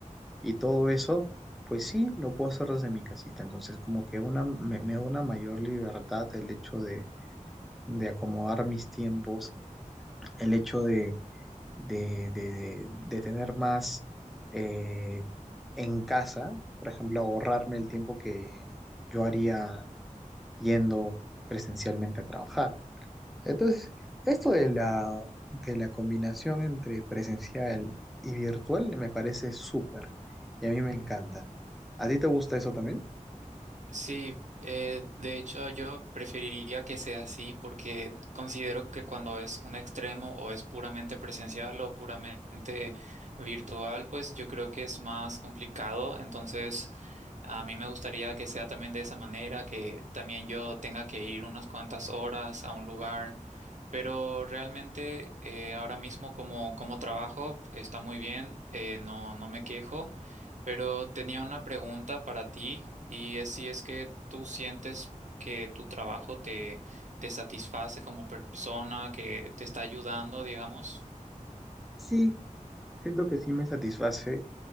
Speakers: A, in the centre; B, on the right.
A: y todo eso, pues sí, lo puedo hacer desde mi casita. Entonces como que una, me, me da una mayor libertad el hecho de, de acomodar mis tiempos, el hecho de de, de- de tener más eh, en casa, por ejemplo, ahorrarme el tiempo que yo haría yendo presencialmente a trabajar. Entonces, esto de la, de la combinación entre presencial y virtual me parece súper y a mí me encanta. ¿A ti te gusta eso también?
B: Sí, eh, de hecho yo preferiría que sea así porque considero que cuando es un extremo o es puramente presencial o puramente virtual, pues yo creo que es más complicado. Entonces, a mí me gustaría que sea también de esa manera, que también yo tenga que ir unas cuantas horas a un lugar. Pero realmente eh, ahora mismo como, como trabajo está muy bien, eh, no, no me quejo. Pero tenía una pregunta para ti y es si es que tú sientes que tu trabajo te, te satisface como persona, que te está ayudando, digamos.
A: Sí, siento que sí me satisface.